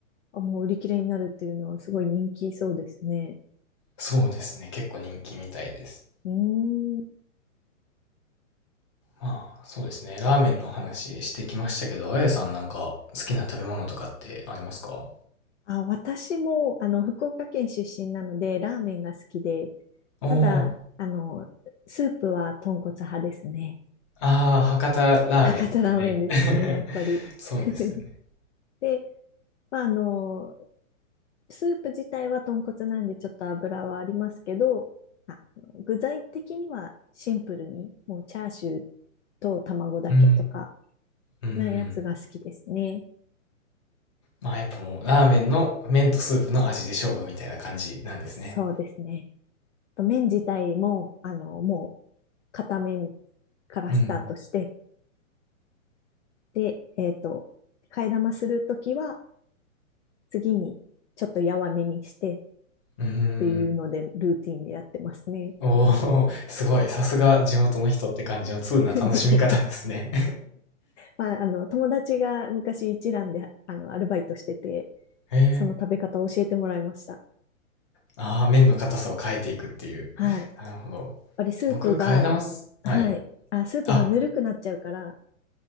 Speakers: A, on the left (about 60°); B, on the left (about 20°).
A: あ、もう売り切れになるっていうのはすごい人気そうですね。
B: そうですね。結構人気みたいです。
A: うーん。
B: まあ、そうですね。ラーメンの話してきましたけど、あやさんなんか好きな食べ物とかってありますか
A: あ、私も、あの、福岡県出身なので、ラーメンが好きで、
B: おー、
A: ただ、あの、スープは豚骨派ですね。
B: ああ、博多ラーメンってね。
A: 博多ラーメンですね、
B: <laughs>
A: やっぱり。
B: そうですよね。
A: <laughs> で、まあ、あの、スープ自体は豚骨なんでちょっと油はありますけど、あ具材的にはシンプルに、もうチャーシューと卵だけとか、
B: うん。うんうん
A: なやつが好きですね。
B: まあやっぱもう、ラーメンの麺とスープの味で勝負みたいな感じなんですね。
A: そうですね。と麺自体も、あの、もう、片面からスタートして、
B: うん。
A: で、えっと、替え玉するときは、次にちょっとやわめにして
B: うん。
A: っていうので、ルーティンでやってますね。
B: おお、すごい。さすが地元の人って感じの通な楽しみ方ですね。
A: <laughs> まあ、あの、友達が昔一蘭で、あの、アルバイトしてて、
B: <laughs> へえ。
A: その食べ方を教えてもらいました。
B: ああ、麺の硬さを変えていくっていう。
A: はい。やっ
B: なるほど。
A: ぱりスープが、
B: 僕、替え玉すはい。
A: はい。あ、スープがぬるくなっちゃうから、
B: あ、